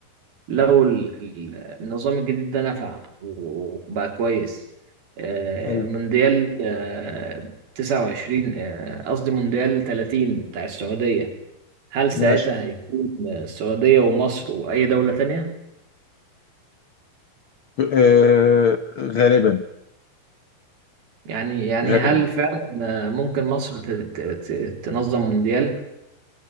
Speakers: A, on the right; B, on the left.
A: لو ال- ال- النظام الجديد ده نفع وبقى كويس آه،
B: حلو
A: مونديال آه، 29 آه، قصدي مونديال 30 بتاع السعودية هل ساعتها
B: ماشي
A: هيكون السعودية ومصر وأي دولة تانية؟
B: آه... غالبا
A: يعني يعني
B: غالبا
A: هل فعلا آه، ممكن مصر ت- ت- ت- تنظم مونديال؟